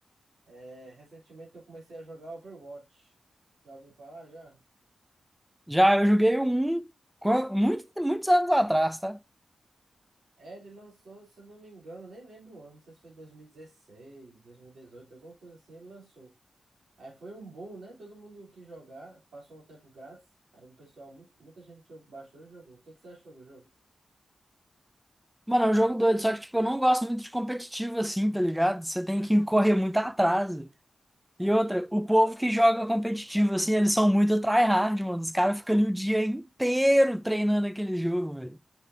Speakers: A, on the right (about 80°); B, in the centre.
A: é, recentemente eu comecei a jogar Overwatch. Já ouviu falar já?
B: Já eu joguei um quan- muito, muitos anos atrás, tá?
A: É, ele lançou, se eu não me engano, eu nem lembro o ano, não sei se foi dois mil e dezesseis, 2018 alguma coisa assim, ele lançou. Aí foi um boom, né? Todo mundo quis jogar, passou um tempo grátis. Aí um pessoal, mu- muita gente jogou- baixou e jogou. O que que você achou do jogo?
B: Mano, é um jogo doido, só que, tipo, eu não gosto muito de competitivo assim, tá ligado? Você tem que correr muito atrás. E outra, o povo que joga competitivo, assim, eles são muito tryhard, mano. Os caras ficam ali o dia inteiro treinando aquele jogo, velho.